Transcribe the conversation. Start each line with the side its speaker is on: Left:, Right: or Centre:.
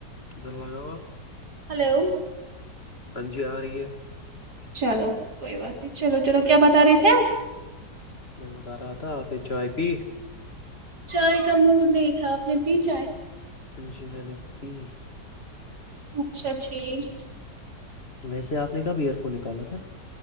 Left: ادھر لگاؤ آپ
Right: ہلو
Left: ہاں جی آ رہی ہے <unintelligible>
Right: چلو کوئی بات نہیں چلو چلو کیا بتا رہے تھے آپ <unintelligible>
Left: میں رہا تھا آپ نے چائے پی <unintelligible>
Right: چائے کا مور نہیں تھا اپ نے پی چائے
Left: جی میں نے پی
Right: اچھا ٹھیک <unintelligible>
Left: ویسے آپ نے کب ایئر فون نکالا تھا